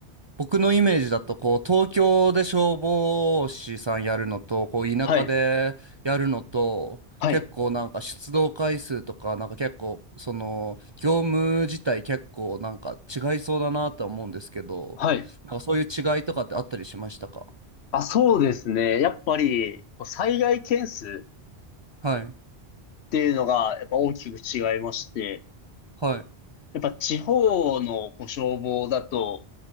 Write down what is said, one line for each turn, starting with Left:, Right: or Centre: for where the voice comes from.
Right: 僕のイメージだとこう東京で消防士さんやるのとこう田舎でやるのと結構なんか出動回数とかなんか結構その業務自体結構なんか違いそうだなとは思うんですけどなんかそういう違いとかってあったりしましたか
Left: はい。はい。はい。あ、そうですね。やっぱり、こう災害件数
Right: はい
Left: っていうのが、やっぱ大きく違いまして、
Right: はい
Left: やっぱ地方のこう消防だと、